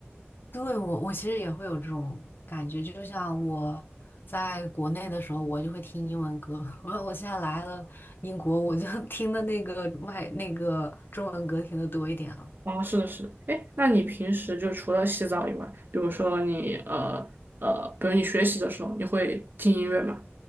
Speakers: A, on the left; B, on the right.
A: 对，我我其实也会有这种感觉，就像我在国内的时候，我就会听英文歌。<laughs> 我我现在来了英国，我就 <laughs> 听的那个外那个中文歌听的多一点了。
B: 哦，是的，是的。哎，那你平时就除了洗澡以外，比如说你呃呃，比如你学习的时候，你会听音乐吗？